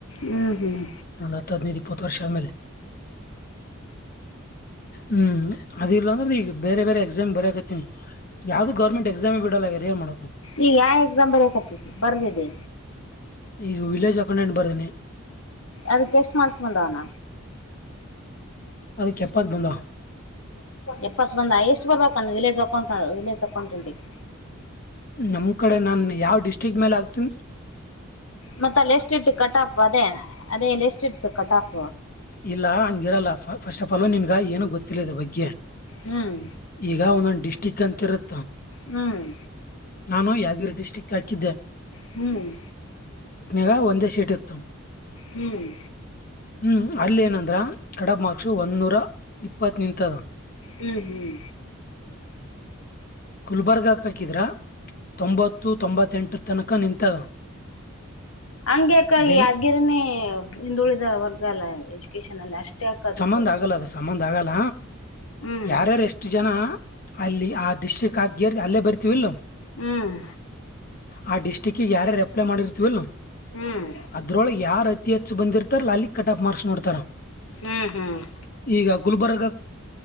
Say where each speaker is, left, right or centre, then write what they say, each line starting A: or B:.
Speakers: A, on the left; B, on the left.
A: ಹ್ಮ್ ಹ್ಮ್
B: ಅಲ್ಲ ಹದ್ ಇಪ್ಪತ್ತು ವರ್ಷ ಆದ ಮೇಲೆ ಹ್ಮ್ ಅದಿಲ್ಲಾ ಅಂದ್ರೆ ಈಗ ಬೇರೆ ಬೇರೆ ಎಕ್ಸಾಮ್ ಬರಕತ್ತನ್ ಯಾವ್ದು ಗೌರ್ಮಂ ಎಸಾಮ್ ಬಿಡಲ್ಲ್ಯ ರೇ ಮಾಡ
A: ಈಗ ಯಾವ ಎಕ್ಸಾ ಬರೇಕತ್ತತಿ ಬರ್ದಿದ್ದಿ
B: ಈಗ ವಿಲೇಜ್ ಅಕೌಂಡೆಂಟ್ ಬರ್ದೀನಿ
A: ಅದಕ್ಕೆ ಎಷ್ಟು ಮಾರ್ಕ್ಸ್ ಬಂದಾವಣ
B: ಅದಕ್ಕೆಪ್ಪಾತ್ ಬಂದ
A: ಎಪ್ಪತ್ ಬಂದ ಎಷ್ಟು ಬರ್ಬೇಕಂದು ವಿಲೇಜ್ ಅಕೌಂಟ ವಿಲೇಜ್ ಅಕೌಂಟೆಂಟಿಗೆ
B: ನಮ್ ಕಡೆ ನಾನ್ ಯಾವ್ ಡಿಸ್ಟ್ರಿಕ್ ಮೇಲೆ ಆಗ್ತೇನ್
A: ಮತ್ತ ಅಲ್ಲಿ ಎಸ್ ಇಟ್ಟು ಕಟ್ ಆಫ್ ಅದೇ ಅದೇ ಎಸ್ ಇಟ್ಟು ಕಟ್ ಆಫ
B: ಇಲ್ಲ ಹಂಗಿರಲ್ಲಪ್ಪಫಸ್ ಲೋ ನಿನ್ಗ ಏನು ಗೊತ್ತಿಲ್ಲ ಇದ ಬಗ್ಗೆ
A: ಹ್ಮ್
B: ಈಗ ಒಂದೊಂದು ಡಿಸ್ಟ್ರಿಕ್ ಅಂತ ಇರುತ್ತೆ
A: ಹ್ಮ್
B: ನಾನು ಯಾದಗಿರಿ ಡಿಸ್ಟ್ರಿಕ್ ಹಾಕಿದ್ದೆ
A: ಹ್ಮ್
B: ಗ ಒಂದೇ ಸೀಟ್ ಇತ್ತು
A: ಹ್ಮ್
B: ಹ್ಮ್ ಅಲ್ಲಿ ಏನಂದ್ರ ಕಡಬ್ ಮಕ್ಸು ಒಂದನ್ನೂರ ಇಪ್ಪತ್ ನಿಂತದ
A: ಹ್ಮ್ ಹ್ಮ್
B: ಗುಲ್ಬರ್ಗ ಹಾಕಿದ್ರ ತೊಂಬತ್ತು ತೊಂಬತ್ತೆಂಟು ತನಕ ನಿಂತದ
A: ಹಂಗ್ಯಕ
B: ಬೆಂಗ್
A: ಈ ಯದಗ್ಯರನೇ ಹಿಂದುಳಿದ ವರ್ಗ ಅಲ್ಲ ಎಜುಕೇಶನ್ ಅಲ್ಲಿ ಅಷ್ಟೇ ಅಕ್ಕ ಅದಕ್ಕ.
B: ಸಂಬಂಂದ್ ಆಗಲ್ಲ ಅದು ಸಂಬಂಧ ಆಗಲ್ಲ
A: ಹ್ಮ್
B: ಯಾರ್ಯಾರು ಎಷ್ಟು ಜನ. ಅಲ್ಲಿ ಆ ಡಿಸ್ಟಿಕ್ ಹಾಕೇರ್ ಅಲ್ಲೇ ಬರ್ತೀವಿ ಇಲ್.
A: ಹ್ಮ್
B: ಆ ಡಿಸ್ಟ್ರಿಕ್ಗೆ ಯಾರ ರೆಪ್ಲೈ ಮಾಡಿರ್ತವಲ್
A: ಹ್ಮ್
B: ಅದ್ರೊಳಗೆ ಯಾರ ಅತಿ ಹೆಚ್ಚು ಬಂದಿರ್ತಾರ ಲಾಲಿಕ್ ಕಟ್ ಆಫ್ ಮಾರ್ಕ್ಸ್ ನೋಡ್ತಾರ
A: ಹ್ಮ್ ಹ್ಮ್ ಹ್ಮ್
B: ಈಗ ಗುಲ್ಬರ್ಗ